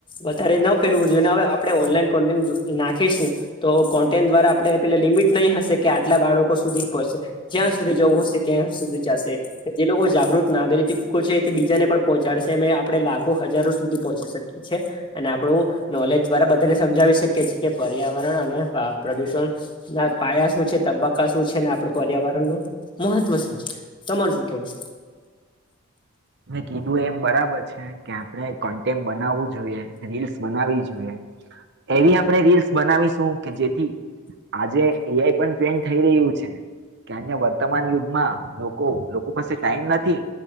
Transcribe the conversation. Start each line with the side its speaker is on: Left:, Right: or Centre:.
Left: વધારે ન ફેલવું જોઈએ હવે આપણે ઓનલાઈન કોન્ટેન્ટ નાખીશું તો કોન્ટેન્ટ દ્વારા આપણે પેલા લિમિટ નહીં હશે કે આટલા બાળકો સુધી પહોંચશે. જ્યાં સુધી જવું હશે ત્યાં સુધી ચશે એ લોકો જાગૃત નાગરિક છે તે બીજાને પણ પહોંચાડશે અ આપડણે લાખો હજારો સુધી પહોંચી શકીએ છીએ, અને આપણું નોલેજ દ્વારા બધાને સમજાવી શકીએ છીએ, કે પર્યાવરણ અને પ્રદુષણ, ના પાયા શું છે તબક્કા શું છે ને આપડ પર્યાવરણ નું મહત્વ શું છે, તમાર શું કેવું છે?
Right: કીધું એમ બરાબર છે કે આપણે કન્ટેન્ટ બનાવવું જોઈએ રીલ્સ બનાવી જોઈએ, એવી આપણે રીલ્સ બનાવીશું કે જેથી આજે એઆઈ પણ ટ્રેન્ડ થઈ રહ્યું છે, કે અ વર્તમાન યુગમાં લોકો લોકો પાસે ટાઈમ નથી.